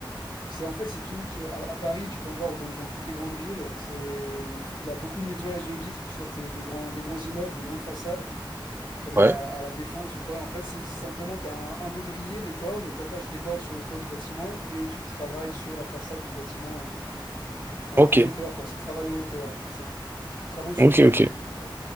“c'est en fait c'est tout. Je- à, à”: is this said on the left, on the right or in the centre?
Left